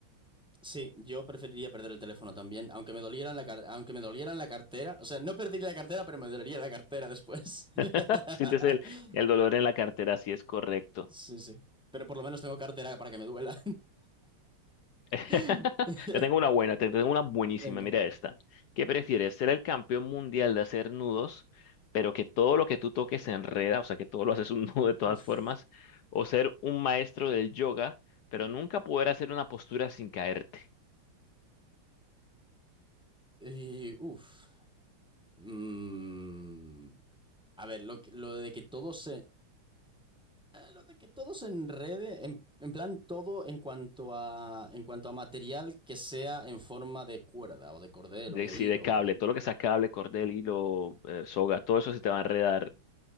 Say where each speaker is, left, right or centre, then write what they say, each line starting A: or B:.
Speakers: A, in the centre; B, on the left.
A: Sí, yo preferiría perder el teléfono también, aunque me doliera en la car- aunque me doliera en la cartera. O sea, no perdería la cartera, pero me dolería la cartera después. <laughs>
B: <laughs> Sientes el, el dolor en la cartera, sí es correcto.
A: Sí, sí. Pero por lo menos tengo cartera para que me duela.
B: <laughs>
A: <laughs>
B: Te tengo una buena, te tengo una buenísima.
A: Venga.
B: Mira esta. ¿Qué prefieres? ¿Ser el campeón mundial de hacer nudos, pero que todo lo que tú toques se enreda, o sea, que todo lo haces un <laughs> nudo de todas
A: Uf.
B: formas? ¿O ser un maestro del yoga, pero nunca poder hacer una postura sin caerte?
A: Y, uf. Mm, a ver, lo, que- lo de que todo se, eh, lo de que todo se enrede, en, en plan todo en cuanto a, en cuanto a material que sea en forma de cuerda o de cordel
B: De,
A: o de
B: sí,
A: hilo.
B: de cable, todo lo que sea cable, cordel, hilo, eh, soga, todo eso se te va a enredar.